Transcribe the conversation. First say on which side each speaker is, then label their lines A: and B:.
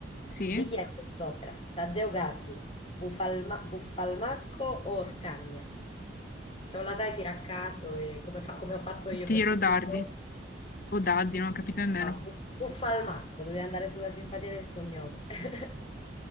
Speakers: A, on the left (about 45°); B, on the left (about 30°).
A: Sì.
B: Di chi è quest'opera? Taddeo Gaddi, Bufalma- Buffalmacco o Orcagna? Se non la sai, tira a caso e come, fa- come ho fatto io
A: Tiro
B: per tutto
A: dardi.
B: il giorno.
A: O daddi, non ho capito nemmeno.
B: No, Bu- Buffalmacco, dovevi andare sulla simpatia del cognome. <laughs>